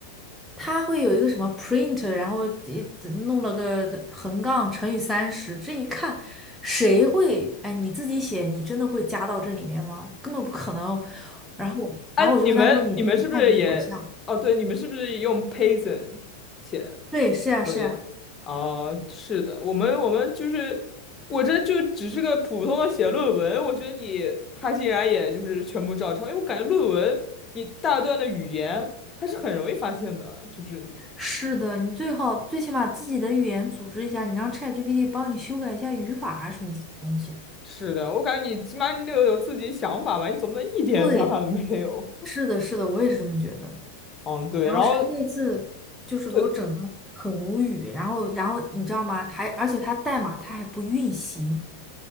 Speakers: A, in the centre; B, on the left.
A: 他会有一个什么 print，然后一弄了个横杠乘以三十，这一看，谁会？哎，你自己写，你真的会加到这里面吗？根本不可能。然后我然后我就跟他说，
B: 哎、你们你们是不是也？
A: 你这个看起来好像，
B: 哦，对，你们是不是用 Python 写？
A: 对，是呀，
B: 作业啊，
A: 是呀，
B: 是的，我们我们就是我这就只是个普通的写论文，我觉得你他竟然也就是全部照抄，因为我感觉论文你大段的语言还是很容易发现的，就是你
A: 是的，你最好最起码自己的语言组织一下，你让 ChatGPT 帮你修改一下语法啊什么东西。
B: 是的，我感觉你起码你得有有自己想法吧，你总不能一点想法都没有。
A: 对，是的，是的，我也是这么觉得。
B: 嗯，对，
A: 然后是那次就是给我整的很无语，
B: 然后对
A: 然后然后你知道吗？还而且它代码它还不运行，